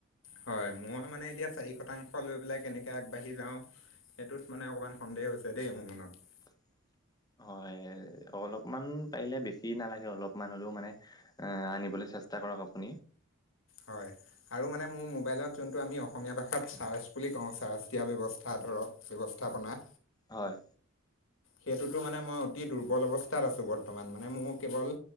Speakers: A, on the left; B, on the left.
A: হয় মই মানে এতিয়া চাৰি শতাংশ লৈ পেলাই কেনেকে আগবাঢ়ি যাওঁ। সেইটোত মানে অকমান সন্দেহ হৈছে দে মোৰ মনত।
B: <unintelligible> হয় অলপমান পাৰিলে বেছি নালাগে অলপমান হলেও মানে, এ আনিবলে চেষ্টা কৰক আপুনি।
A: হয়, আৰু মানে মোৰ মবাইলত যোনটো আমি অসমীয়া ভাষাত চাৰ্ছ বুলি কওঁ চাৰ্ছ দিয়া ব্যৱস্থাটো <unintelligible> ব্যৱস্থাপনা।
B: হয়,
A: সেইটোতো মানে মই অতি দুৰ্বল অৱস্থাত আছো বৰ্তমান মানে মোৰ কেৱল,